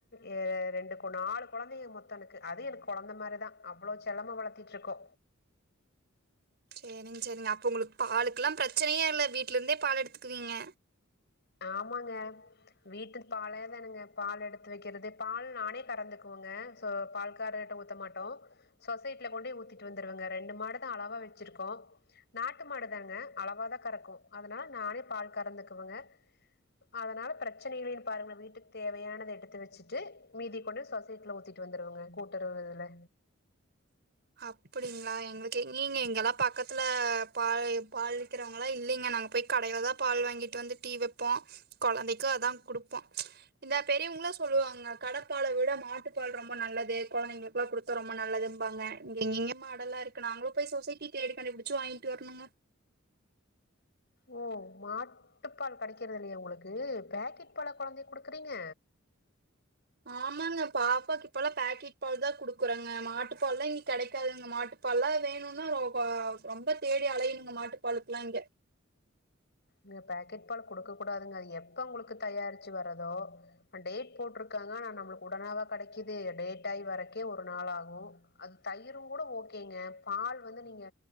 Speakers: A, on the left; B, on the right.
A: ஏ ரெண்டு கு நாலு கொழந்தைங்க மொத்த எனக்கு அது எனக்கு கொழந்த மாரிதா அவ்ளோ செல்லமா வளத்திட்ருக்கோ
B: சேரிங் சேரிங்க அப்போ ஒங்களுக்கு பாலுக்குல்லாம் பிரச்சனயே இல்ல வீட்லருந்தே பால் எடுத்துக்குவீங்க
A: ஆமாங்க வீட்டு பாலையே தானுங்க பால் எடுத்து வைக்கிறது பால் நானே கறந்துக்குவங்க சோ பால்காருகிட்ட ஊத்த மாட்டோ சொசைட்ல கொண்டே ஊத்திட்டு வந்துருவங்க ரெண்டு மாடுதா அளவா வச்சிருக்கோ நாட்டு மாடுதாங்க அளவாதா கறக்கு அதனால நானே பால் கறந்துக்குவங்க அதனால பிரச்சன இல்லியேனு பாருங்க்ளே வீட்டுக் தேவையானத எடுத்து வச்சிட்டு மீதி கொண்டு சொசைட்ல ஊத் திட்டு வந்துருவங்க கூட்டுறவு இதுல
B: அப்டிங்க்ளா எங்களுக்கு எங்கிங்க இங்கெல்லா பக்கத்துல பாலி பால் விக்கிறவங்களா இல்லிங்க நாங்க போய் கடையிலதா பால் வாங்கிட்டு வந்து டீ வப்போ கொழந்தைக்கு அதா குடுப்போ இந்தப் பெரியவங்க்ளா சொல்வாங்க கட பால விட மாட்டுப்பால் ரொம்ப நல்லது கொழந்தைங்களுக்லா குடுத் தா ரொம்ப நல்லதும்பாங்க இங்க எங்கிங்க மாடல்லா இருக்கு நாங்களு போய் சொசைட்டி தேடிக்கண்டுப்புடிச்சு வாங்கிட்டு வரணுங்க
A: ஓ மாட்டுப்பால் கடைக்கிறது இல்லியா ஒங்களுக்கு பேக்கெட் பாலா கொழந்தைக்கு குடுக்றீங்க
B: ஆமாங்க பாப்பாக்கிப்பெல்லா பேக்கெட் பால்தா குடுக்குறங்க மாட்டுப்பால்லா இங்க கெடைக்காதுங்க மாட்டுப் பால்லா வேணும்னா ர வ ரொம்ப தேடி அலையணுங்க மாட்டுப்பாலுக்லா இங்க
A: ங்க பேக்கெட் பால குடுக்க கூடாதுங்க எப்ப ஒங்க்ளுக்கு தயாரிச்சு வரதோ ஆ டேட் போட்ருக்காங்க ஆனா நம்மளுக்கு உடனாவா கடைக்கிது டேட் ஆகி வரைக்கே ஒரு நாள் ஆகு அது தயிருங்கூட ஓகேங்க பால் வந்து நீங்க